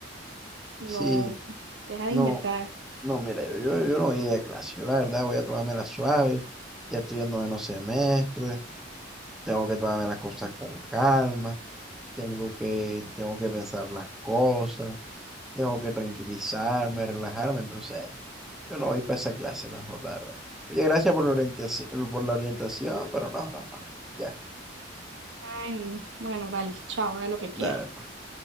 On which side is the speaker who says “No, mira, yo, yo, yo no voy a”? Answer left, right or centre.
Centre